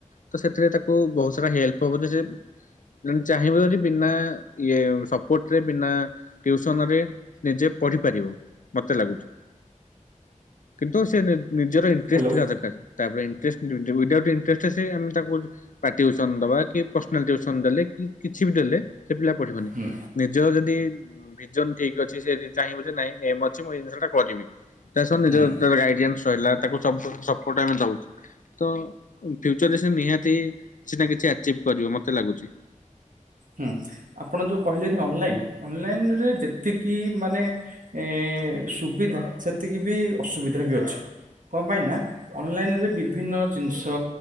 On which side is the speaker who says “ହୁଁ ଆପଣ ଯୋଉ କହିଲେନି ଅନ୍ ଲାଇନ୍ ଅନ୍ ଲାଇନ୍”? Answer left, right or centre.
Right